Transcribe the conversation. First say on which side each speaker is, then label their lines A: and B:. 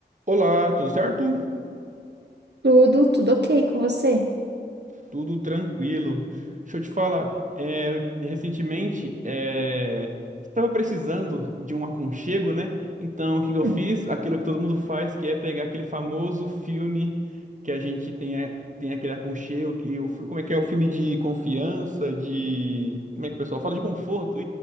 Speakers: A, on the right; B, on the right.
A: Olá, tudo certo?
B: Tudo, tudo ok com você?
A: Tudo tranquilo. Deixa eu te falar, é, eu- recentemente é, estava precisando de um aconchego, né? Então, o que que eu
B: Hum.
A: fiz? Aquilo que todo mundo faz, que é pegar aquele famoso filme que a gente tem, a- tem aquele aconchego, que o, fi- como é que é? O filme de confiança, de... Como é que o pessoal fala? De conforto,